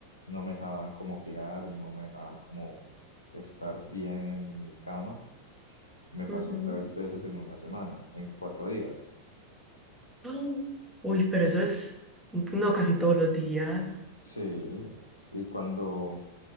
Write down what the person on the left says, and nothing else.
no me dejaban como girar, no me dejaban como estar bien en mi cama. Me pasó
tres
veces en una semana, en cuatro días.
Entonces,
sí, y cuando